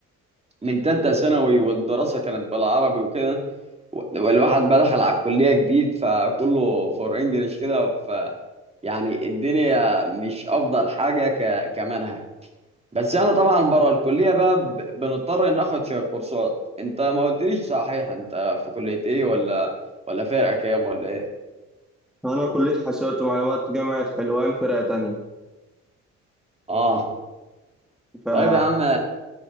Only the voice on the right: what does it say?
من تالتة ثانوي والدراسة كانت بالعربي وكده والواحد بقى دخل على الكلية جديد فكله فور انجلش كده ف يعني الدنيا مش أفضل حاجة ك... كمنهج بس أنا طبعا بره الكلية بقى ب... بنضطر ناخد شوية كورسات أنت ما قلتليش صحيح أنت في كلية إيه ولا ولا فرقة كام ولا إيه؟
آه
طيب يا عم